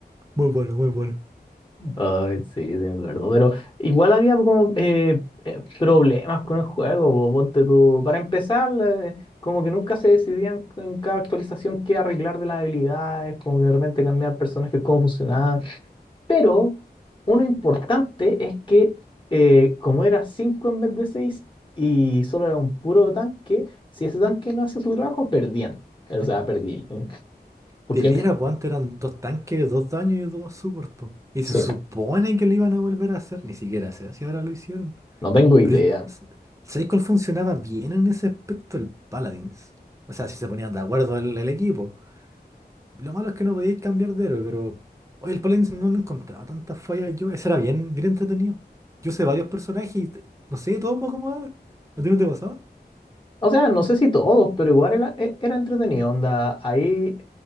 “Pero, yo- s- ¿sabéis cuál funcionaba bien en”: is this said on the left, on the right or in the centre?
Right